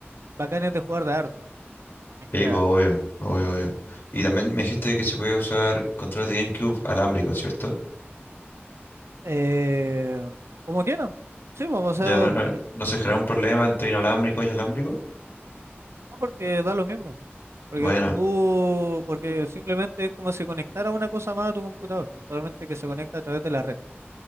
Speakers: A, on the right (about 85°); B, on the left (about 55°).
A: bacanes de jugar de harto, en general.
B: Sí, pues, obvio, obvio, obvio. Y también me dijiste que se podía usar controles de GameCube alámbricos, ¿cierto?
A: Eh, como quieran. Sí, pues, o sea,
B: Ya, ¿no, no,
A: eh,
B: no se genera un problema entre inalámbrico y alámbrico?
A: no porque da lo mismo. Porque
B: Bueno,
A: tú, porque simplemente es como si conectara una cosa más a tu computador, solamente que se conecta a través de la red.